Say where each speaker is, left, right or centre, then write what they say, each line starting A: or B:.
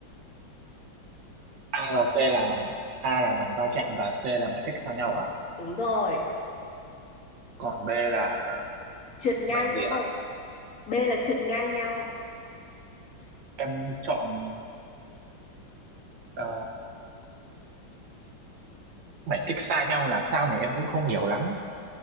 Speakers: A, on the right (about 65°); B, on the left (about 45°).
A: A và C là mảnh A là mảnh va chạm và C là mảnh cách xa nhau ạ
B: Đúng rồi,
A: còn B là
B: trượt ngang
A: mảnh gì
B: nhau.
A: ạ
B: B là trượt ngang nhau
A: em chọn ờ, mảnh cách xa nhau là sao nhỉ em cũng không hiểu lắm